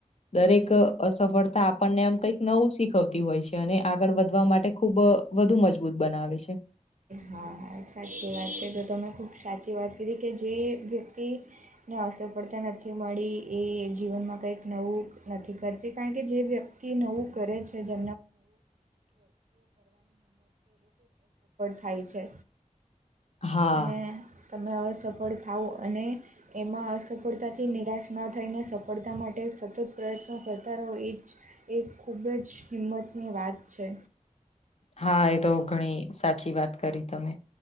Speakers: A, on the left; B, on the right.
A: દરેક અસફળતા આપણને આમ કઈક નવું શીખવતી હોય છે અને આગળ વધવા માટે ખૂબ વધુ મજબૂત બનાવે છે.
B: હા હા સાચી વાત છે તો તમે ખૂબ સાચી વાત કીધી કે જે વ્યક્તિ ને અસફળતા નથી મળી એ જીવનમાં કંઈક નવું નથી કરતી કારણ કે જે વ્યક તિ નવું કરે પડ થાય છે,
A: હા
B: અને તમે અસફળ થાવ અને એમાં અસફળતાથી નિરાશ ના થઈને સફ ડતા માટે સતત એ ખૂબ જ હિંમતની વાત છે.
A: હા એ તો ઘણી સાચી વાત કરી તમે